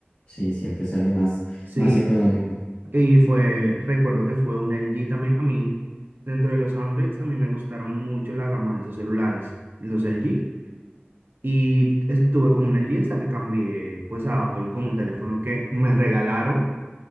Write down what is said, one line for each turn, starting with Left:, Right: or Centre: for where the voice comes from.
Left: Sí, siempre sale más,
Right: Sí,
Left: más económico.
Right: y fue, recuerdo que fue un LG también. A mí, dentro de los Androids, a mí me gustaron mucho la gama de esos celulares, los LG. Y estuve con un LG hasta que cambié pues a Apple con un teléfono que me regalaron